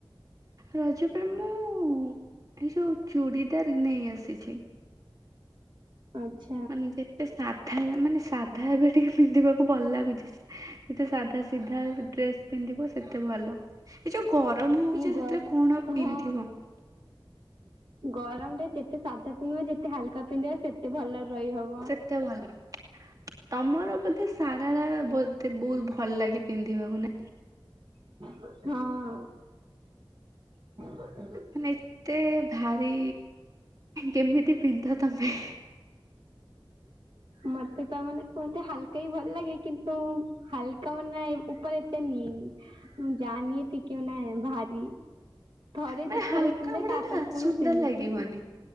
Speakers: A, on the right; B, on the right.
A: ରଜପାଇଁ ମୁଁ ଏ ଯୋଉ ଚୁଡ଼ିଦାର ନେଇ ଆସିଛି।
B: ଆଚ୍ଛା।
A: ମାନେ ଯେତେ ସାଧା ମାନେ ସାଧା ଏବେ ଟିକେ ପିନ୍ଧିବାକୁ ଭଲ ଲାଗୁଛି ଯେତେ ସାଧା ସିଧା ଡ୍ରେସ୍ ପିନ୍ଧିବ ସେତେ ଭଲ। ଏ ଯୋଉ ଗରମ ହଉଛି
B: ଏଇ ଗର
A: ସେଥିରେ କଣ ଆଉ
B: ହଁ
A: ପିନ୍ଧିବ।
B: ଗରମରେ ଯେତେ ସାଧା ପିନ୍ଧିବ ଯେତେ ହାଲକା ପିନ୍ଧିବ ସେତେ ଭଲରେ ରହିହବ।
A: ସେତେ ଭଲ, ତମର ବୋଧେ ସାରାରା ବୋ ଏତେ ବହୁତ ଭଲ ଲାଗେ ପିନ୍ଧିବାକୁ ନାଇ।
B: ହଁ। <unintelligible>
A: ମାନେ ଏତେ ଭାରି, କେମିତି ପିନ୍ଧ ତମେ?
B: ମତେ ତା ମାନେ ମତେ ହାଲକା ହିଁ ଭଲ ଲାଗେ କିନ୍ତୁ ହାଲକା ମନ ଉପରେ ଏତେ ନିଏନି। ମୁଁ ଜାଣିନି ଟିକେ ନା ଭାରି। ଥରେ
A: ମାନେ
B: ଦିଥରେ
A: ହାଲକା
B: ପିନ୍ଧେ
A: ଗୁଡା
B: ତାପରେ
A: ନା
B: ପୁଣି
A: ସୁନ୍ଦର
B: ସେମିତି
A: ଲାଗିବନି।